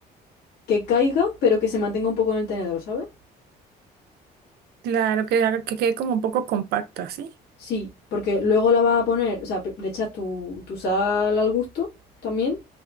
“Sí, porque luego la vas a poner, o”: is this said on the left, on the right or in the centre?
Left